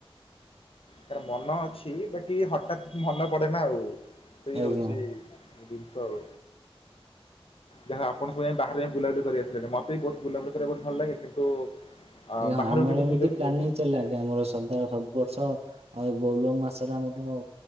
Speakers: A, on the left (about 65°); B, on the right (about 90°).
A: ତାର ମନ ଅଛି ବାକି ହଠାତ୍ ମନ ପଡେ ନା ଆଉ ସେଇ
B: ଆଜ୍ଞା
A: ହଉଛି <unintelligible> ଯାହା ଆପଣ ବାହାରେ ବୁଲାବୁଲି କରି ଆସିଲେଣି ମତେ ବି ବହୁତ ବୁଲାବୁଲି କରିବାହୁତ ଭଲ ଲାଗେ କିନ୍ତୁ ଅ
B: ଆଜ୍ଞ ହଁ
A: ବାହାରକୁ
B: ଆମର
A: କେବେ
B: ଏମିତି
A: ସୁଯୋଗ ମିଳେନି
B: ପ୍ଲାନିଂ ଚାଲେ ଆଜ୍ଞା ଆମ ସଦା ବର୍ଷ ଆଉ ଏ ବୋଲବମ ମାସରେ ଆମର